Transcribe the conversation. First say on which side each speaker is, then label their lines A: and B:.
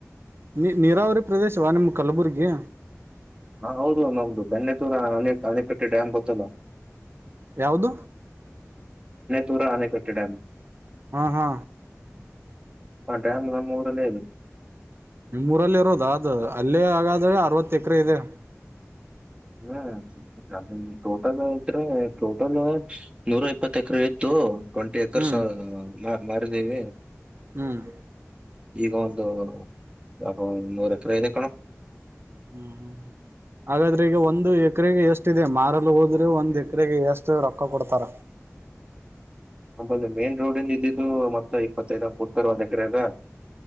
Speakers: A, on the right; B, on the right.
A: ನೀ ನೀರಾವರಿ ಪ್ರದೇಶವಾ ನಿಮ್ಮ ಕಲಬುರ್ಗಿ
B: ಹಾ ಹೌದು ಒ ನೌದದು ಬೆನ್ನೆತೂರನ ಅನಕಟ್ಟೆ ಡ್ಯಾಮ್ ಗೊತ್ತಲ್ಲ
A: ಯಾವುದು
B: ದೂರ ಆನೆ ಕಟ್ಟಡ
A: ಹಾ ಹಾ
B: ಆ ಡ್ಯಾಂ ನ ಮೂರನದು
A: ನಿಮ್ಊರಲ್ಲಿ ಇರೋದ ಅದು ಅಲ್ಲೇ ಆಗ ಅದ್ರೆ ಅರವತ್ತ ಎಕರೆ ಇದೆ
B: ಹ್ಮ ಟೋಟಲ್ ಯತ್ಟೋಟಲ್ ನೂರ ಇಪ್ಪತ್ ಎಕರೆ ಇತ್ತು ಟ್ವೆಂಟಿ ಏಕರ್ಸ್
A: ಹ್ಮ್
B: ಬಾರದೇವೆ
A: ಹ್ಮ್
B: ಈಗ ಒಂದು ಅ ನೂರ ಎಕರೆ ಇದೆ ಕಣ
A: ಹ್ಮ್ ಹ್ಮ್ ಹಾಗಾದ್ರೆ ಈಗ ಒಂದು ಎಕರೆಗೆ ಎಷ್ಟಿದೆ ಮಾರಲ್ ಹೋದ್ರೆ ಒಂದ್ ಎಕರೆಗೆ ಎಷ್ಟು ರೊಕ್ಕ ಕೊಡ್ತಾರ
B: ನಂಬದು ಮೇನ್ ರೋಡ್ಂದ ಇದ್ದಿದ್ದು ಮತ್ತ ಇಪ್ಪತ್ತೖದುದಾಗ ಬಡ್ತಾರ ಒಂದು ಎಕರೆ ಅದ